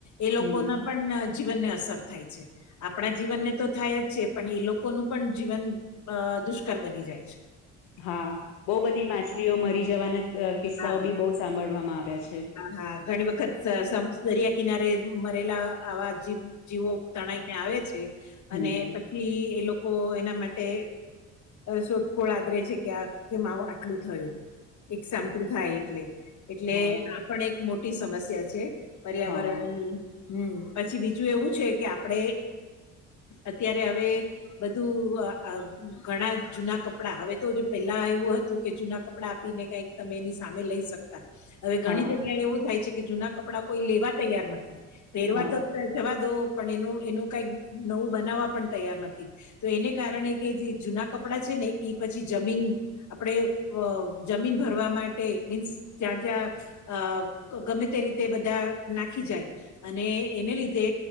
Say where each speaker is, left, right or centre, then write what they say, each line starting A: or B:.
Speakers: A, on the left; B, on the left.
A: એ લોકો
B: હમ
A: ના પણ જીવનને અસર થાય છે. આપણા જીવનને તો થાય જ છે પણ એ લોકોનું પણ જીવન અ દુષ્કર બની જાય છે.
B: હા બહુ બધી માછલીઓ મરી જવાના કિસ્સાઓ
A: હા હા.
B: બી બહુ સાંભળવામાં આવ્યા છે.
A: હા. ઘણી વખત સંસ દરિયા કિનારે મરેલા આવા જીવો તણાઈને આવે છે, અને
B: હમ
A: પછી એ લોકો એના માટે શોધખોળ આદરે છે કે આ કે માવ આટલું થયું, એક સા ટું થાય, એટલે એટલે
B: હા
A: આ પણ એક મોટી સમસ્યા છે, પર્યાવરણ
B: હા
A: હમ્મ પછી બીજું એવું છે કે આપડે અત્યારે હવે બધું ઘણા જૂના કપડા હવે તો પેલા એવું હતું કે જૂના કપડા આપીને કઈક તમે એની સામે લઈ શકતા, હવે ઘણી
B: હા
A: જગ્યા એવું થાય છે કે જૂના કપડાં કોઈ લેવા તૈયાર નથી. પહેરવા
B: હા
A: તો જવા દો પણ એનું એનું કઈ નવું બનાવવા પણ તૈયાર નથી. તો એને કારણે કે જે જૂના કપડાં છે ને એ પછી જમીન આપણે જમીન ભરવા માટે મીન્સ ત્યાં જ્યાં અ ગમે તે રીતે બધા નાખી જાય, અને એને લીધે